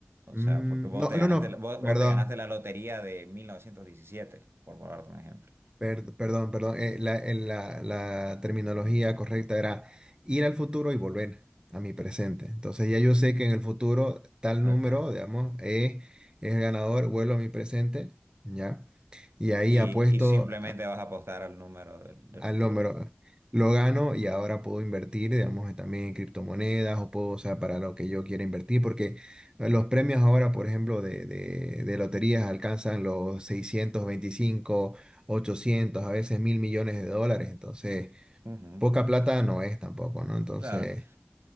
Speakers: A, on the right; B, on the right.
A: O
B: mm,
A: sea, porque vos
B: no,
A: te ganaste,
B: no, no,
A: la- vos,
B: perdón.
A: vos te ganaste la lotería de 1917, por ponerte un ejemplo.
B: Per- perdón, perdón, eh, la, el- la- la terminología correcta era ir al futuro y volver a mi presente. Entonces ya yo sé que en el futuro tal
A: Ok.
B: número, digamos, eh, es el ganador, vuelvo a mi presente, ¿ya? Y ahí
A: Y,
B: apuesto,
A: y simplemente vas a apostar al número del, del
B: al
A: futuro.
B: hombro. Lo gano y ahora puedo invertir, digamos, también en criptomonedas o puedo usar para lo que yo quiera invertir, porque eh, los premios ahora, por ejemplo, de, de, de loterías alcanzan los seiscientos veinticinco ochocientos a veces mil millones de dólares. Entonces,
A: Ujú,
B: poca plata no es tampoco, ¿no? Entonces,
A: Claro,